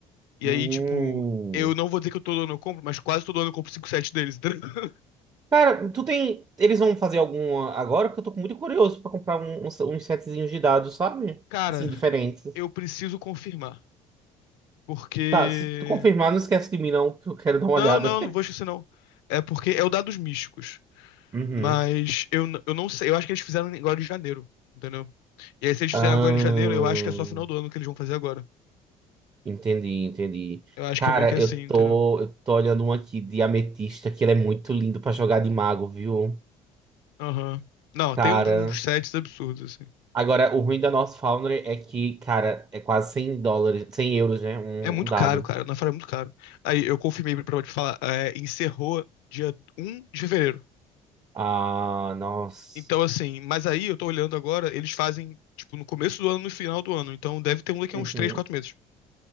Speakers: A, on the left (about 65°); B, on the right (about 20°).
A: E
B: Hum.
A: aí, tipo, eu não vou dizer que todo ano eu compro, mas quase todo ano eu compro 5 sets deles, entendeu? <laughs>
B: Cara, tu tem... Eles vão fazer alguma agora? Porque eu tô muito curioso pra comprar um, uns uns setzinhos de dados, sabe?
A: Cara,
B: Assim, diferentes.
A: eu preciso confirmar. Porque.
B: Tá, se tu confirmar, não esquece de mim, não, que eu quero dar uma
A: Não,
B: olhada.
A: não, não vou esquecer, não. É porque é o dados místicos.
B: <laughs> Uhum.
A: Mas eu, n- eu não sei. Eu acho que eles fizeram agora em janeiro, entendeu? E aí, se eles
B: Ah,
A: fizeram agora em janeiro, eu acho que é só final do ano que eles vão fazer agora.
B: entendi, entendi.
A: Eu acho
B: Cara,
A: que é meio que assim,
B: eu
A: entendeu?
B: tô, eu tô olhando um aqui de ametista, que ele é muito lindo pra jogar de mago, viu?
A: Aham. Não,
B: Cara.
A: tem uns, uns sets absurdos, assim.
B: Agora, o ruim da nossa Foundry é que, cara, é quase 100 dólares, 100 euros, né? Um,
A: É muito
B: um dado.
A: caro, cara. Na Naufrágio é muito caro. Aí eu confirmei pra te falar, é, encerrou dia um de fevereiro.
B: Ah, nossa.
A: Então, assim, mas aí eu tô olhando agora, eles fazem, tipo, no começo do ano e no final do ano. Então deve ter um daqui
B: Uhum.
A: a uns 3, 4 meses.